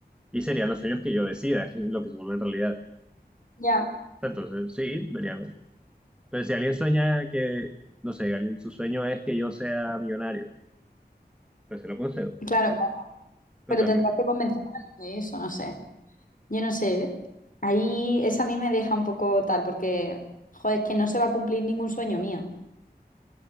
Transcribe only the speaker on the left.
Ya,
claro, claro,
pero tendrás que convencer a alguien de eso, no sé. Yo no sé, ¿eh? Ahí esa a mí me deja un poco tal, porque, joder, es que no se va a cumplir ningún sueño mío.